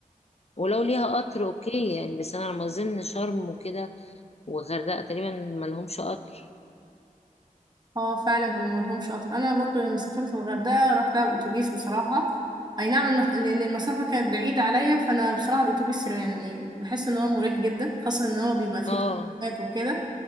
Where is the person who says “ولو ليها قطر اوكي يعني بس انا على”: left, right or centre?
Left